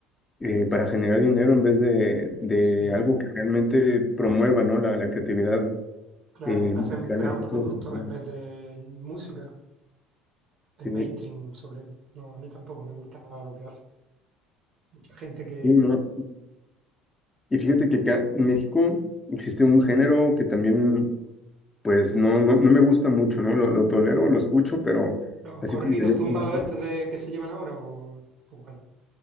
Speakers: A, on the left; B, on the right.
A: eh, para generar dinero en vez de, de
B: Sí,
A: algo que realmente promueva, ¿no? La, la creatividad
B: claro,
A: eh,
B: hacen,
A: mexicana
B: crean
A: hacia
B: productos
A: otros sentidos.
B: en vez de música, el
A: Sí,
B: mainstream sobre... No, a mí tampoco me gusta nada lo que hace. Mucha gente que...
A: sí, ¿no?
B: mm,
A: Y fíjate que acá en México existe un género que también, pues, no, no, no me gusta mucho, ¿no? Lo, lo tolero,
B: el-
A: lo escucho, pero
B: los
A: así
B: corridos
A: como que yo
B: tumbados
A: conozco,
B: estos de, que se llevan ahora o, o cuál.